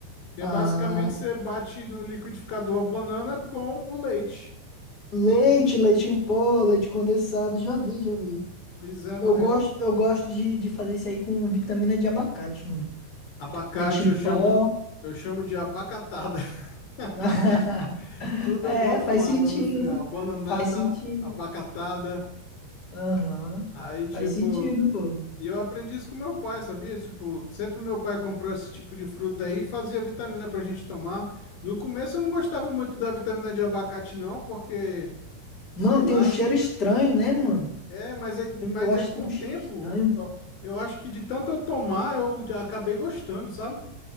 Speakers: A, on the left (about 70°); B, on the left (about 20°).
A: que
B: ah,
A: é basicamente você bate no liquidificador a banana com o leite.
B: leite, leite em pó, leite condensado. Já vi, já vi.
A: Pois é, mano,
B: Eu gosto,
A: é
B: eu gosto de, de fazer isso aí com vitamina de abacate, mano.
A: abacate,
B: Leite em
A: eu
B: pó.
A: chamo, eu chamo de abacatada. <laughs>
B: <laughs>
A: Tudo
B: É,
A: eu boto
B: faz
A: um ada
B: sentido.
A: no final, bananada,
B: Faz sentido.
A: abacatada,
B: Aham.
A: aí tipo
B: Faz sentido, pô.
A: E eu aprendi isso com meu pai, sabia? Tipo, sempre meu pai comprou esse tipo de fruta aí e fazia vitamina pra gente tomar. No começo eu não gostava muito da vitamina de abacate, não, porque,
B: Mano,
A: sei lá.
B: tem um cheiro estranho, né, mano?
A: É, mas aí, mas
B: Eu, eu acho
A: aí com
B: que tem
A: o
B: um
A: tempo,
B: cheiro estranho.
A: eu, eu acho que de tanto eu tomar, eu já acabei gostando, sabe?